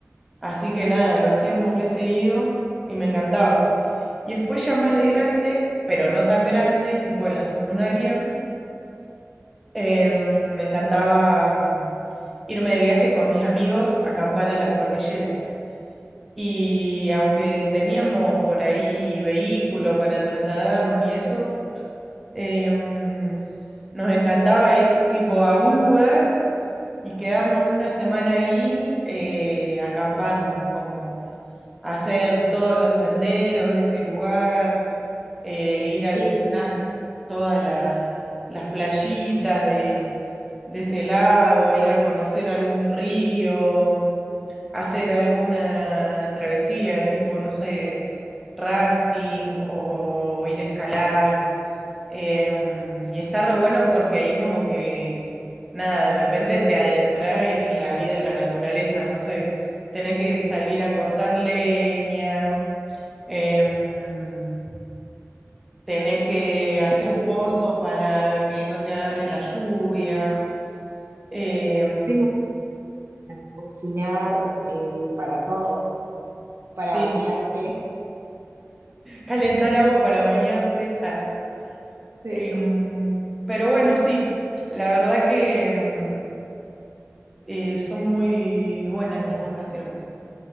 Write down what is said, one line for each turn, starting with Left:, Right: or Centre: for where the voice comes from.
Centre: así que nada, lo hacíamos re seguido y me encantaba. Y después ya más de grande, pero no tan grande, tipo en la secundaria, em, me encantaba mm, irme de viaje con mis amigos a acampar a la cordillera. Y aunque teníamos por ahí vehículo para trasladarnos y eso, em, nos encantaba ir tipo a un lugar y quedarnos una semana ahí eh, acampando, como hacer todos los senderos de ese lugar, eh, ir a
Right: Qué
Centre: visitar
Right: bien.
Centre: todas las, las playitas de, de ese lago, ir a conocer algún río hacer alguna travesía, tipo, no sé, rafting o ir a escalar. Em, y está re bueno porque ahí como que, nada, de repente te adentras en la vida, en la naturaleza, no sé, tenés que salir a cortar leña, em, tenés que hacer
Right: Sí, sí,
Centre: pozo
Right: re-
Centre: para que no te agarre la lluvia, em,
Right: sí, para cocinar eh, para todo, para
Centre: sí,
Right: bañarte.
Centre: calentar agua para bañarte. ah,
Right: Sí.
Centre: Em, pero bueno, sí, la verdad que em, eh, son muy buenas las vacaciones.